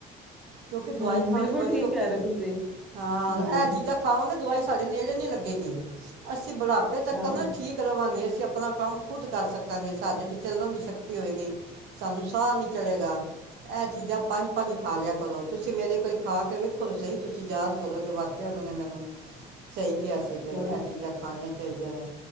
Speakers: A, on the right; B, in the centre.
A: ਕਿਉਂਕਿ ਦਵਾਈ
B: ਹੂੰ
A: ਖਾਣੀ
B: ਬਿਲਕੁਲ
A: ਬੜੀ
B: ਠੀਕ
A: ਔਖੀ
B: ਕਹਿ ਰਹੇ ਤੁਸੀਂ
A: ਹਾਂ
B: ਹੂੰ
A: ਇਹ ਚੀਜ਼ਾਂ ਖਾਵਾਂਗੇ ਦਵਾਈ ਸਾਡੇ ਨੇੜੇ ਨੀ ਲੱਗੇ ਗੀ ਅਸੀਂ ਅਸੀ ਬੁਢਾਪੇ ਤੱਕ
B: ਹਾਂ
A: ਨਾ ਠੀਕ ਰਵਾਂਗੇ ਅਸੀਂ ਆ ਆਪਣਾ ਕੰਮ ਖੁਦ ਕਰ ਸਕਾਂਗੇ ਸਾਡੇ ਚ ਚੱਲਣ ਦੀ ਸ਼ਕ ਤੀ ਹੋਏਗੀ ਸਾਨੂੰ ਸਾਹ ਨੀ ਚਲੇੇਗਾ ਇਹ ਚੀਜ਼ਾਂ ਪੰਜ ਪੰਜ ਖਾ ਲਿਆ ਕਰੋ ਤੁਸੀਂ ਮੇਰੇ ਕਹੇ ਖਾ ਕੇ ਵੇਖੋ ਤੇ ਸਹੀ ਤੁਸੀਂ ਯਾਦ ਕਰੋਗੇ ਵਾਕਿਆ ਉਹਨਾਂ ਨੇ ਮੈਨੂੰ ਸਹੀ ਕਿਆ ਸੀ ਬਈ
B: ਚਲੋ
A: ਇਹ ਚੀਜ਼ਾਂ ਖਾਣੀਆਂ ਚਾਈਦੀਆਂ ਨੇ